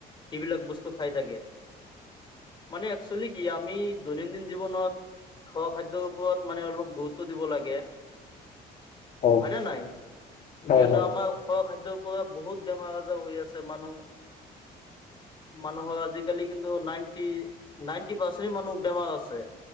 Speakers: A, on the left; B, on the left.
A: সেইবিলাক বস্তু খাই থাকে। মানে একচুৱেলি কি আমি দৈনন্দিন জীৱনত খোৱা খাদ্যৰ ওপৰত মানে অলপ গুৰুত্ব দিব লাগে।
B: অ
A: হয় নে নাই,
B: হয়
A: কিয়নো
B: হয়
A: আমাৰ খোৱা খাদ্যৰ পৰা বহুত বেমাৰ আজাৰ হৈ আছে মানুহ মানুহৰ আজিকালি কিন্তু নাইনটি-নাইনটি পাৰ্চ মানুহ বেমাৰ আছে,